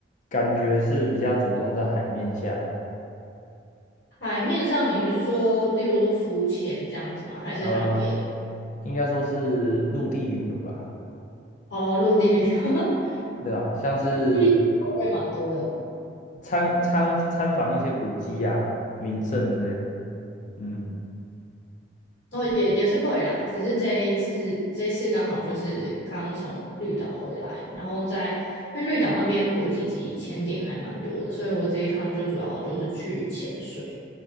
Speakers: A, on the left; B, on the left.
A: 感觉是比较着重在海面下的，
B: 海面上你是说，例如说浮潜这样子吗？还是还有别的？
A: 嗯，应该说是陆地旅游啦，
B: 哦，陆地旅游，<laughs>
A: 对吧？像是
B: 陆地我也蛮多的。
A: 参参参访一些古迹啊、名胜之类的，嗯，
B: 哦，也也是会啦，只是这一次这一次刚好就是刚从绿岛回来，然后在因为绿岛那边国际级潜点还蛮多的，所以我这一趟就主要就是去潜水。